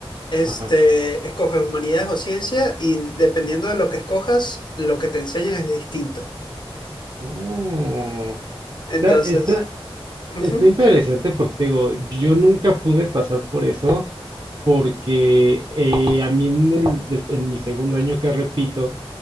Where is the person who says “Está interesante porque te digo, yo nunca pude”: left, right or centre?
Right